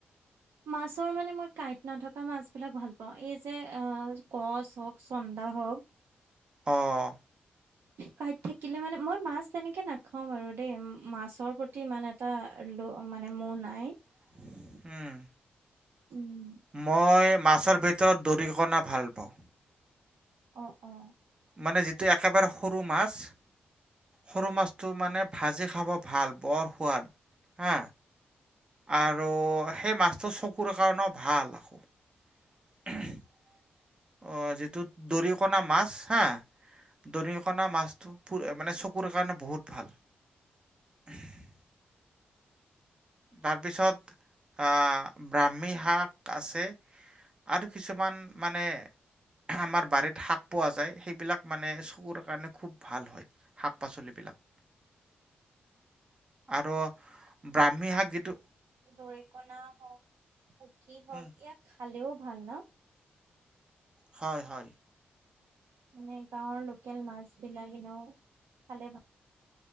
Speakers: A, on the right; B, on the right.
A: মাছৰ মানে মই কাঁইট নথকা মাছ বিলাক ভাল পাওঁ এই যে অ। কচ হওক চন্দা হওক।
B: আহ।
A: কাইত থাকিলে মানে মই মাছ তেনেকে নাখাও বাৰু দেই মাছৰ প্ৰতি ইমান এটা। মানে
B: লো
A: মোৰ নাই।
B: উম,
A: উম
B: মই। মাছৰ ভিতৰত দৰিকণা ভাল পাওঁ।
A: অ অ।
B: মানে যিটো একেবাৰে সৰু মাছ। সৰু মাছটো মানে ভাজি খাব ভাল বৰ সোৱাদ, হা। আৰু সেই মাছটো চকুৰ কাৰণেও ভাল আকৌ। <unintelligible> অ যিটো দৰিকণা মাছ হা। দৰিকণা মাছটো মানে চকুৰ কাৰণে বহুত ভাল। <unintelligible> তাৰ পিছত, আহ ব্ৰাহ্মী শাক আছে। আৰু কিছুমান মানে। আমাৰ বাৰীত শাক পোৱা যায় সেইবিলাক মানে চকুৰ কাৰণে খুব ভাল হয় শাক পাচলিবিলাক। ল। আৰু, ব্ৰাহ্মী শাক যিটো
A: দৰিকনা হওক, পুঠি হওক
B: উম,
A: ইয়াক খালেও' ভাল ন।
B: হয় হয়।
A: মানে গাঁৱৰ লোকেল মাছ বিলাক এনেও, খালে ভাল।